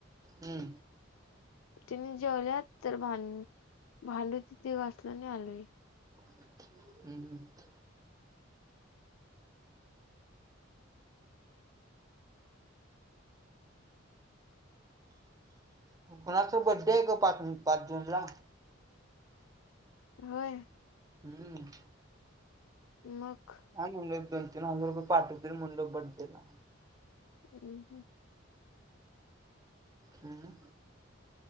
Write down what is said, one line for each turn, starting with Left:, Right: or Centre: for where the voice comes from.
Right: हम्म
Left: त्यानी जेवल्यात तर भां भांडी होती ती घासलो आणि आलोय.
Right: हम्म हम्म बाळाचा बड्डे आहे ग पाच पाच जून ला.
Left: होय?
Right: हम्म
Left: मग?
Right: हा म्हणलं दोन -तीन हजार रुपये पाठवतील म्हणलं बड्डेला
Left: हम्म हम्म
Right: अं